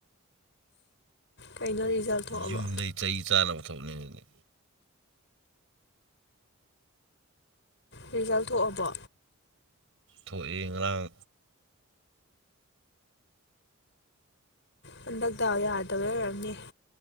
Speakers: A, on the left (about 55°); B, on the right (about 60°).
A: ꯀꯩꯅꯣ ꯔꯤꯖꯜ ꯊꯣꯛꯑꯕꯣ
B: ꯌꯨꯝꯗꯩ ꯆꯩ ꯆꯥꯅꯕ ꯊꯕꯛꯅꯦꯃꯤ ꯑꯗꯨꯗꯤ
A: ꯔꯤꯖꯜ ꯊꯣꯛꯑꯕꯣ
B: ꯊꯣꯛꯑꯦ ꯉꯔꯥꯡ
A: ꯍꯟꯗꯛ ꯗꯥꯎ ꯌꯥꯗꯕꯩ ꯑꯣꯏꯔꯝꯅꯤ